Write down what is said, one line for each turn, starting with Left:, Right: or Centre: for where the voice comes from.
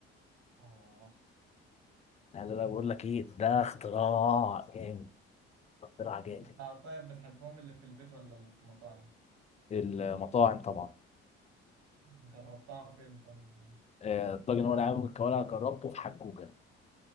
Right: آه
Left: لا لا لا بقول لك ايه ده اختراع جامد اختراع جامد
Right: أنت طيب بتحبهم اللي في البيت ولا اللي في المطاعم؟
Left: المطاعم طبعا
Right: جربتها فين طيب؟
Left: آه، الطاجن هو اللي عامل الكوارع جربته في حجوجه